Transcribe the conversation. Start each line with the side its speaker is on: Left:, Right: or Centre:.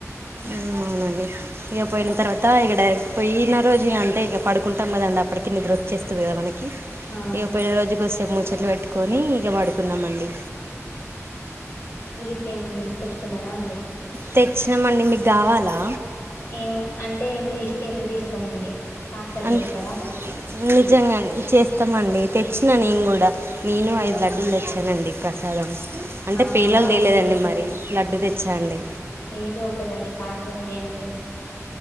Right: ఉమ్మ్ అవు నండి ఇగ పోయిన తర్వాత ఇగ డైరెక్ట్ పోయిన రోజు అంటే ఇక పడుకుంటాం కదండి అప్పటికి నిద్ర వచ్చే స్తాది కదా మనకి
Left: ఆ
Right: ఇగ పోయిన రోజు కొద్దిసేపు ముచ్చట్లు పెట్టుకొని ఇగ పడుకున్నామండి
Left: ఇట్లా ఏమన్నా తీసుకొచ్చుకున్నారా అండి
Right: తెచ్చినామండి మీకు కావాలా
Left: ఏం అంటే మీరు ఇస్తే ఎందుకు తీసుకోమండి పార్సల్
Right: అంట్
Left: చేస్తారా
Right: నిజంగానే చేస్తామండి తెచ్చినా నేను గూడా నేనూ
Left: ఆ
Right: ఐదు లడ్డూలు తెచ్చానండి ప్రసాదం అంటే
Left: అవునా
Right: పేలలు
Left: పార్సల్
Right: తెేలేదండి
Left: చేయండి
Right: మరి లడ్డు తెచ్చా అండి
Left: ఏదో ఒక్కటి అండి పార్సెల్ చేయండి